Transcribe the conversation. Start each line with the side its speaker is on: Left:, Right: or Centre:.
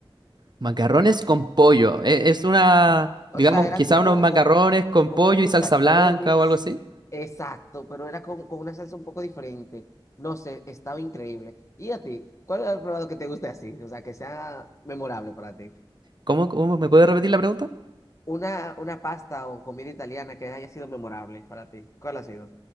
Right: Macarrones con pollo. E- Es una,
Left: O
Right: digamos,
Left: sea, era
Right: quizá
Left: tipo
Right: unos macarrones
Left: como,
Right: con
Left: como
Right: pollo
Left: unos mostachones.
Right: y salsa blanca o algo así.
Left: Exacto, pero era como con una salsa un poco diferente. No sé, estaba increíble. ¿Y a ti? ¿Cuál es el probado que te guste así? O sea, que sea memorable para ti.
Right: ¿Cómo, cómo me puede repetir la pregunta?
Left: Una, una pasta o comida italiana que haya sido memorable para ti. ¿Cuál ha sido?